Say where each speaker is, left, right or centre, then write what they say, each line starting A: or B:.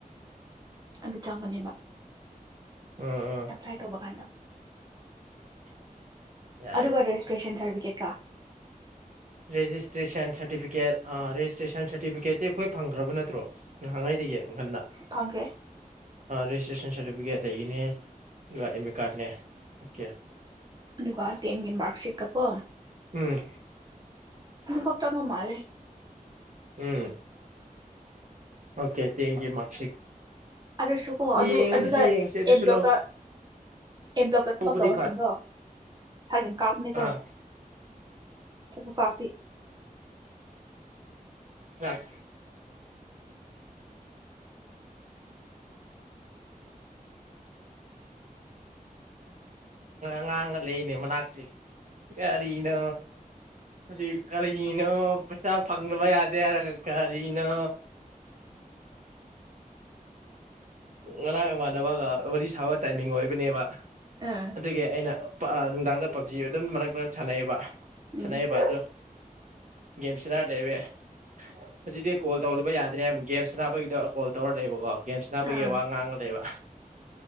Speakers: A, on the right; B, on the right.
A: ꯑꯗꯨ ꯆꯪꯕꯅꯦꯕ
B: ꯑꯥ ꯑꯥ
A: ꯑꯦꯄ꯭ꯂꯥꯏ ꯇꯧꯕ ꯀꯥꯟꯗ
B: ꯌꯥꯏ
A: ꯑꯗꯨꯒ
B: ꯌꯥꯏ
A: ꯔꯦꯖꯤꯁꯇ꯭ꯔꯦꯁꯟ ꯁꯥꯔꯇꯤꯐꯤꯀꯦꯠꯀ
B: ꯔꯦꯁꯇ꯭ꯔꯦꯁꯟ ꯁꯔꯇꯤꯐꯤ ꯀꯦꯠ ꯑꯥ ꯔꯦꯖꯤꯁꯇ꯭ꯔꯦꯁꯟ ꯁꯥꯔꯇꯤꯐꯤꯀꯦꯠꯇꯤ ꯑꯩꯈꯣꯏ ꯐꯪꯈ꯭ꯔꯕ ꯅꯠꯇ꯭ꯔꯣ ꯅꯍꯥꯟꯒꯩꯗꯒꯤ ꯉꯟꯅ
A: ꯐꯪꯈ꯭ꯔꯦ
B: ꯔꯦꯖꯤꯁꯇ꯭ꯔꯦꯁꯟ ꯁꯥꯔꯇꯤꯐꯤꯀꯦꯠ ꯂꯩꯒꯤꯅꯦ ꯑꯗꯨꯒ ꯑꯦꯝꯃꯤꯠꯀꯥꯔꯗ ꯅꯦ ꯑꯣꯀꯦ
A: ꯇ ꯌꯦꯦꯟꯒꯤ ꯃꯥꯔꯛꯁ ꯁꯤꯛꯄꯣ
B: ꯎꯝ
A: ꯑꯃꯝ ꯀ ꯇꯕꯣ ꯃꯥꯂꯦ
B: ꯎꯝ ꯑꯣꯀꯦ ꯇꯦꯟꯒꯤ ꯃꯥꯔꯛꯁꯤꯠ
A: ꯑꯗꯨꯁꯨ ꯀꯣ ꯑꯗꯨ
B: ꯌꯦꯡꯁꯤ
A: ꯑꯗꯨꯗ
B: ꯌꯦꯡꯁꯤ ꯑꯗꯨꯁꯨ
A: ꯑꯦ ꯕ꯭ꯂꯣꯛꯇ ꯑꯦꯝ ꯕ꯭ꯂꯣꯛꯇ
B: ꯂꯧꯍꯧꯕꯗꯤ
A: ꯊꯕꯛ ꯇꯧꯕꯁꯤꯡꯗꯣ
B: ꯐꯔꯦ
A: ꯁꯒꯤ ꯀꯛꯅꯤ ꯀꯣ
B: ꯑꯥ
A: ꯆ ꯀꯥꯇꯤ
B: ꯌꯥ ꯉꯥꯡꯉ ꯂꯩ ꯏꯅꯦ ꯃ ꯂ ꯍꯥꯥꯛꯆ ꯀꯔꯤꯅ ꯍꯧꯖꯤꯛ ꯀꯔꯤꯅꯣ ꯄꯩꯁꯥ ꯐꯪꯗꯕ ꯌꯥꯗꯦ ꯍꯥꯏꯔꯒ ꯀꯅ ꯉꯅꯥ ꯃꯅꯕꯒ ꯋꯥꯔꯤ ꯊꯥꯕ ꯇꯥꯏꯃꯤꯡ ꯑꯣꯏ ꯕꯤꯅꯦꯕ
A: ꯑꯥ
B: ꯑꯗꯨꯗꯒꯤ ꯅꯨꯡꯗꯥꯡꯗ ꯄꯞꯖꯤ ꯑꯗꯨꯝ ꯃꯔꯛ ꯃꯔꯛ ꯁꯥꯟꯅꯩꯕ
A: ꯎꯝ
B: ꯆꯅꯒꯤꯕꯗꯨ ꯒꯦꯝ ꯁꯥꯟꯅꯔ ꯂꯩꯦꯕ ꯍꯧꯖꯤꯛꯇꯤ ꯀꯣꯜ ꯇꯧꯗꯕ ꯌꯥꯗ꯭ꯔꯦ ꯒꯦꯝ ꯁꯥꯟꯅꯕꯒꯤꯗꯣ ꯀꯣꯜ ꯇꯧꯔ ꯂꯩꯦꯕꯀꯣ ꯒꯦꯝ ꯁꯟꯅꯕꯒꯤ
A: ꯑꯥ
B: ꯋꯥ ꯉꯥꯡꯉ ꯂꯩꯕ